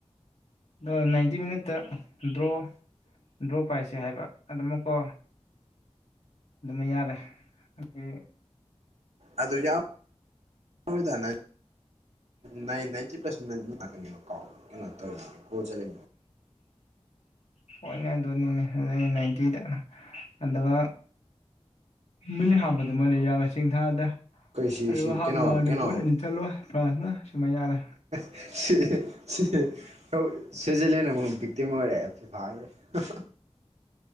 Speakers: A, on the left; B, on the right.
A: ꯑ ꯅꯥꯏꯟꯇꯤ ꯃꯤꯅꯠꯇ ꯗ꯭ꯔꯣ ꯗ꯭ꯔꯣ ꯄꯥꯏꯁꯦ ꯍꯥꯏꯕ ꯑꯗꯨ ꯑꯃꯨꯛꯀꯣ ꯑꯗꯨꯃ ꯌꯥꯔꯦ ꯑꯗꯒꯤ
B: ꯑꯗꯨ ꯌꯥ ꯌꯥꯎꯗꯅ ꯅꯥ ꯅꯥꯏꯟꯇꯤ ꯄꯔꯁꯦꯟ ꯂꯥꯛꯀꯅꯤꯕ ꯀꯣ ꯀꯩꯅꯣ ꯇꯧꯔꯤꯅꯦꯦ ꯀꯣꯠꯠꯂꯁꯦ
A: ꯍꯣꯏꯅꯦ ꯑꯗꯨꯅꯤꯅꯦ ꯑꯗꯨ ꯅꯥꯏꯟꯇꯤꯗ ꯑꯗꯨꯒ ꯃꯤꯅꯤ ꯍꯥꯞꯄꯗꯨꯃꯜꯂꯦ ꯌꯥ ꯆꯦꯡ ꯊꯥꯗ
B: ꯁꯤ
A: ꯑꯗꯨꯒ
B: ꯁꯤ
A: ꯍꯥ
B: ꯀꯩꯅꯣ
A: ꯃꯜꯗ
B: ꯀꯩꯅꯣ
A: ꯒꯣꯜ ꯑꯅꯤ ꯆꯠꯂꯣꯏ ꯐ꯭ꯔꯥꯟꯁꯅ ꯁꯤꯃ ꯌꯥꯜꯂꯦ
B: <unintelligible> ꯁ꯭ꯋꯤꯖꯔꯂꯦꯟꯗ ꯑꯃꯨꯛ ꯕꯤꯛꯇꯤꯝ ꯑꯣꯏꯔꯛꯑꯦ ꯐꯐꯥꯦ